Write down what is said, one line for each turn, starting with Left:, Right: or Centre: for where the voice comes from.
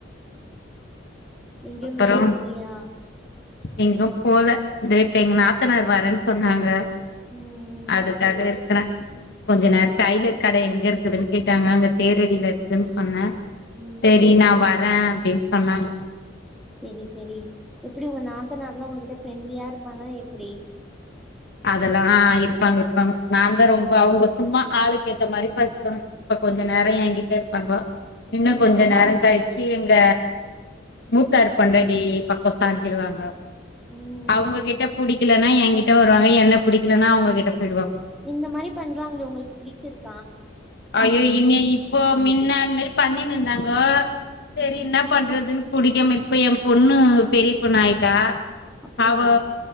Centre: இங்கயு
Left: அப்பறோ
Centre: வெளியதுல்லையா
Left: எங்கும் போல தெ இப்ப எங்க நாத்தனார் வரேன் சொன்னாங்க
Centre: ம்
Left: அதுக்காக இருக்கறே கொஞ்ச நேர
Centre: ம்
Left: டயலர் கட எங்க இருக்குதுன்னு கேட்டாங்க அங்க தேரடியில இருக்குன்னு சொன்னே
Centre: ம்
Left: சேரி நா வரே அப்டின்னு சொன்னாங்க
Centre: செரி செரி எப்டி உங்க நாத்தநார்ல்லா ஒங்ககிட்ட ஃப்ரெண்ட்லியா இருப்பாங்க ல எப்டி
Left: அதெல்லா ஆ இருப்பாங்க இருப்பாங்க நா தா ரொம்ப அவ்ங்க சும்மா ஆளுளுக்கு ஏத்த மாரி பாத்துகுவாங்க இப்ப கொஞ்ச நேர எங்கிட்ட இருப்பாங்கோ இன்னு
Centre: ம்
Left: கொஞ்ச நேர கழிச்சு எங்க மூத்தாறு பொண்டாடி பக்க க்கொ சாஞ்சிருவாங்க
Centre: ம்
Left: அவங்ககிட்ட புடிக்கலனா எங்கிட்ட ங்க என்ன புடிக்கலன்னா அவங்ககிட்ட போயிடுவாங்க
Centre: இந்த மாரி பண்றாங்களே உங்களுக்கு பிடிச்சிருக்கு
Left: அயோ இன்னி இப்போ மின்ன அந்த மாரி பண்ணினு இருந்தாங்கோ செரி
Centre: ம்
Left: என்ன பண்றதுன்னு புடிக்கும் இப்ப என் பொண்ணு பெரிய பொண்ணு ஆயிட்டா
Centre: அப்டியா
Left: அவோ